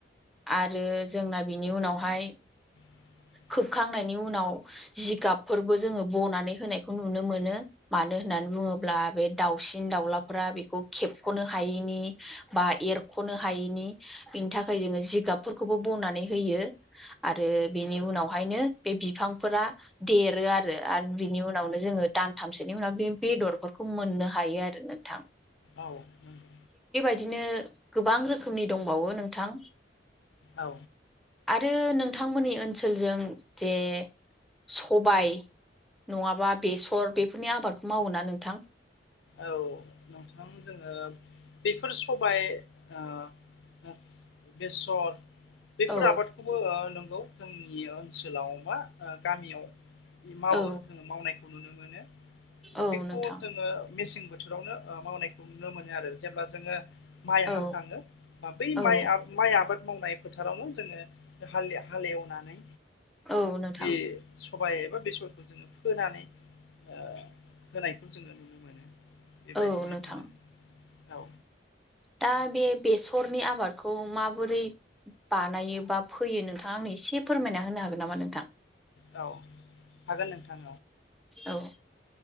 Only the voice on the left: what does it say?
<inaudible>
औ नंगौ।
औ
औ नोंथां जोङो बेफोर सबाय ओ बेसर बेफोर
आबादखौबो नंगौ जोंनि ओनसोलाव मा गामियाव मावो
जोङो मावनायखौ नुनो मोनो बेखौ
जोङो मेसें बोथोरावनो ओ‌ मावनायखौ नुनो मोनो आरो। जेब्ला जोङो माइ
हाखाङो बै
माइ माइ आबाद मावनाय फोथारावनो जोङो हाले हालेवनानै
बे सबाइ एबा बेसरखौ जोङो फोनानै होनायखौ जोङो नुनो मोनो। बेबायदिनो
जोङो औ
औ हागोन नोंथां